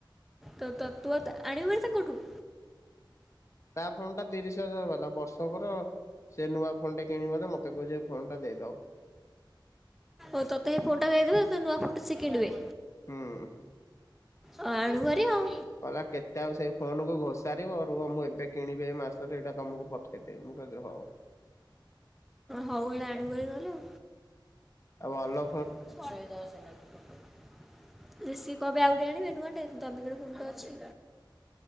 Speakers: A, in the centre; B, on the left (about 35°).
A: ତ- ତ- ତୁ ଆଉ ଆଣିିବୁନି ତାଙ୍କଠୁ?
B: ହ ତା ଫୋନ୍ ଟା ତିରିଶ ହଜାର ବାଲା। ବର୍ଷକର ସେ ନୂଆ ଫୋନ ଟା କିଣିବ ବୋଲି ମତେ କହୁଛ ଫୋନ୍ ଟା ଦେଇଦବ।
A: ଓ ତତେ ଏଇ ଫୋନ ଟା ଦେଇଦେବେ, ସେ ନୂଆ ଫୋନ ଟା ସେ କିିଣିବେ?
B: ହୁଁ।
A: ଅ ଆଣୁ ଭାରି ଆଉ।
B: କହିଲା କେତେ ଆଉ ସେଇ ଫୋନ କୁ ଘୋଷାରିବ, ରୁହ ମୁଁ ଏବେ କିଣିବି ଏଇ ମାସରେ ଏଇଟା ତମକୁ ପଠେଇଦେବି। ମୁଁ କହିଲି ହଉ।
A: ହଉ ହେଲା ଆଣିବ ଭାରି ନହେଲେ ଆଉ।
B: ଆଉ ଅଲ
A: ରିଷିକି କଣ ପାଇଁ ଆଉ ଗୋଟେ ଆଣିବେ ନୂଆଟେ। ତମେ କିଣିବ ଫୋନ୍ ତ ଅଛି।